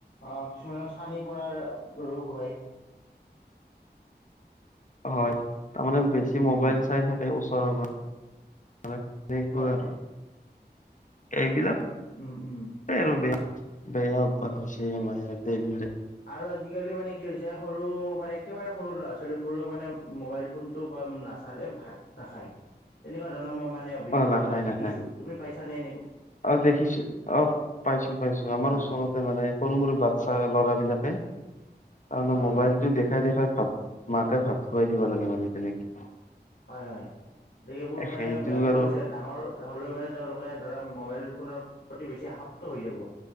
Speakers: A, on the left; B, on the left.
A: আহ কিছুমানৰ চানি পৰাৰ ৰোগ হয়।
B: হয় তাৰমানে বেছি
A: উম,
B: মোবাইল চাই থাকে ওচৰৰ পৰা সেনে
A: হয়
B: কোৱা আৰু
A: হয়
B: এইবিলাক
A: উম উম
B: আৰু বেয়া বেয়া প হৈছে আমাৰ দেহ বিলাক
A: আৰু আজিকালি মানে কি হৈছে সৰু মানে একেবাৰে সৰু ল'ৰা ছোৱালীবোৰো মানে মোবাইল ফোন টো নাচালে ভাত নাখাই। তেনেকুৱা ধৰণৰ মানে অভিজ্ঞতা
B: অ নাখায়
A: বা দেখিছো
B: নাখায়
A: তুমি পাইছা নাই।
B: অ দেখিছো অ পাইছো পাইছো আমাৰ
A: হয়
B: ওচৰতে
A: হয়
B: মানে সৰু সৰু বাচ্ছা কালত
A: অঁ
B: মবাইলটো
A: অঁ
B: দেখাই দেখাই ভ মাকে ভাত খুৱাই দিব লাগে মানে তেনেকে।
A: হয় হয়। গতিকে সেইবোৰ মানে
B: সেইটো
A: বেয়া বেয়া
B: আৰু
A: গৈছে ডাঙৰ হ'লেও মানে তেওঁলোকে ধৰা মোবাইল ফোনৰ প্ৰতি বেছি আসক্ত হৈ যাব।